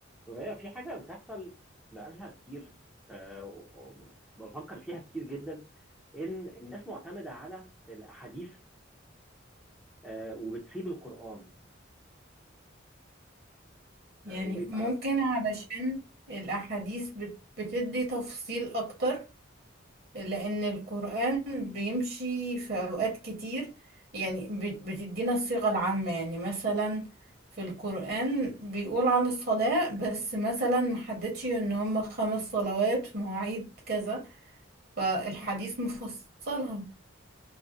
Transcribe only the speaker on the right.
يعني
ممكن علشان الأحاديث بت- بتدي تفصيل أكتر لأن القرآن بيمشي في أوقات كتير يعني بت- بتدينا الصيغة العامة يعني مثلا في القرآن بيقول عن الصلاة بس مثلا محددش إن هما خمس صلوات في مواعيد كذا فالحديث مفصلها